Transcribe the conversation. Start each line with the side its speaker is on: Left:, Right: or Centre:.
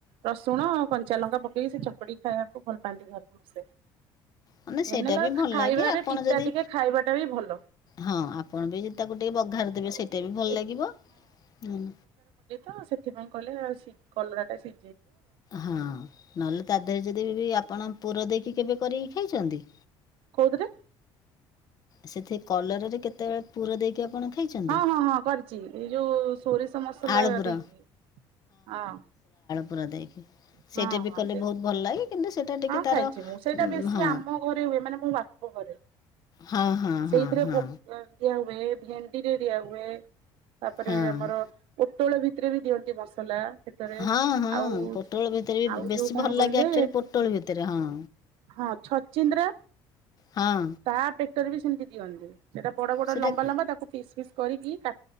Right: ରସୁଣ କଞ୍ଚା ଲଙ୍କା ପକେଇକି ସେ ଚକଡି ଖାଇବାକୁ ଭଲ ପାଆନ୍ତି ଘରେ ସମସ୍ତେ।
Left: ମାନେ
Right: ମେନ୍
Left: ସେଇଟା
Right: ହେଲା
Left: ବି ଭଲ
Right: ଖାଇବାରେ
Left: ଲାଗେ ଆପଣ
Right: ପିତା
Left: ଯଦି
Right: ଟିକେ ଖାଇବାଟା ବି ଭଲ
Left: ହଁ ଆପଣ ବି ଯଦି ତାକୁ ଟିକେ ବଘାର ଦେବେ
Right: ଆଉ
Left: ସେଇଟା ବି ଭଲ
Right: ଏ
Left: ଲାଗିବ। ହୁଁ।
Right: ଅ ସେଥିପାଇଁ କଲେ ଆଉ କଲରା ଟା ସି
Left: ହଁ ନହେଲେ ତା ଦେହରେ ଯଦି ବି ଆପଣ ପୁର ଦେଇକି କେବେ କରିକି ଖାଇଚନ୍ତି?
Right: କଉଦିରେ?
Left: ସେଥି କଲରରେ କେତେବେଳେ ପୁର ଦେଇକି ଆପଣ ଖାଇଛନ୍ତି?
Right: ହଁ ହଁ ହଁ କରିଚି। ଏଇ ଯଉ ସୋରିଷ ମସଲା
Left: ଆଳୁ ପୁର
Right: ଦେଇକି। ହଁ।
Left: ପୁର ଦେଇକି। ସେଇଟା
Right: ହଁ
Left: ବି
Right: ହଁ
Left: କଲେ
Right: ଦେ
Left: ବହୁତ ଭଲ ଲାଗେ କିନ୍ତୁ ସେଇଟା ଟିକେ
Right: ହଁ
Left: ତାର
Right: ଖାଇଚି ମୁଁ। ସେଇଟା
Left: ଉଁ,
Right: ବେଶୀ
Left: ହଁ
Right: ଆମ ଘରେ ହୁଏ ମାନେ ମୋ ବାପ ଘରେ।
Left: ହଁ ହଁ
Right: ସେଇଥିରେ
Left: ହଁ ହଁ
Right: ପ ଦିଆ ହୁଏ ଭେଣ୍ଡିରେ ଦିଆହୁଏ। ତାପରେ
Left: ହଁ।
Right: ଆମର ଉଁ ପୋଟୋଳ ଭିତରେ ବି ଦିଅନ୍ତି ମସଲା। ପେଟରେ
Left: ହଁ ହଁ
Right: ଆଉ
Left: ପୋଟଳ ଭିତରେ
Right: ଆଉ
Left: ବି ବେଶୀ
Right: ଯୋଉ କଣ
Left: ଭଲ
Right: କହିଲେ
Left: ଲାଗେ ଆକ୍ଚ୍ୱଲି ପୋଟଳ ଭିତରେ ହଁ।
Right: ହଁ ଛଚିନ୍ଦ୍ରା
Left: ହଁ
Right: ତା ପେଟର ବି ସେମ ହି ଦିଅନ୍ତି। ସେଇଟା ବଡ ବଡ
Left: ସେଟା
Right: ଲମ୍ବା ଲମ୍ବା ତାକୁ ପିସ୍‌ ପିସ୍‌ କରିକି କା